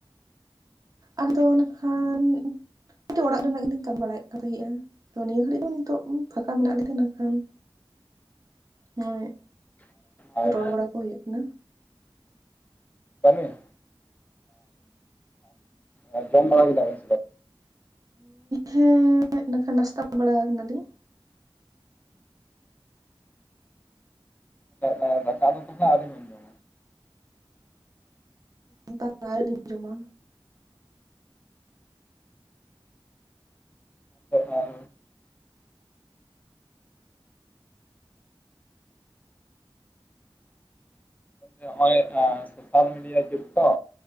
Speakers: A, on the right; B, on the left.
A: ᱟᱫᱚ ᱮᱱᱠᱷᱟᱱ ᱚᱲᱟᱜ ᱨᱮᱱᱟᱜ ᱜᱮᱞᱤᱧ ᱠᱟᱹᱢᱤ ᱵᱟᱲᱟᱭᱮᱫ ᱠᱟᱱ ᱛᱟᱦᱮᱸᱼᱟ᱾ ᱛᱚ ᱱᱤᱭᱟᱹ ᱜᱷᱟᱹᱲᱤᱡ ᱫᱚ ᱱᱤᱛᱚᱜ ᱯᱷᱟᱠᱟ ᱢᱮᱱᱟᱜ ᱞᱤᱧ ᱛᱟᱦᱮᱱᱟ ᱠᱷᱟᱱ ᱱᱚᱜᱼᱚᱭ᱾
B: ᱟᱨ
A: ᱨᱚᱲ ᱵᱟᱲᱟ ᱠᱚ ᱦᱩᱭᱩᱜ ᱠᱟᱱᱟ᱾
B: ᱵᱟᱹᱱᱩᱭᱟ ᱟᱨ ᱡᱚᱢ ᱵᱟᱲᱟ ᱠᱮᱫᱟ ᱵᱮᱱ?
A: ᱦᱮᱸ ᱱᱟᱹᱠᱷᱟᱱ ᱱᱟᱥᱛᱟ ᱵᱟᱲᱟ ᱠᱟᱱᱟ ᱞᱤᱧ᱾
B: ᱫᱟᱠᱟ ᱫᱚ ᱛᱟᱦᱚᱞᱮ ᱟᱹᱣᱨᱤ ᱵᱤᱱ ᱡᱚᱢᱟ?
A: ᱵᱟᱝ-ᱟ ᱟᱹᱣᱨᱤ ᱡᱚᱢᱟ᱾
B: ᱪᱮᱫ ᱟᱨ? ᱱᱚᱜᱼᱚᱭ ᱥᱳᱥᱟᱞ ᱢᱤᱰᱤᱭᱟ ᱡᱩᱜ ᱛᱚ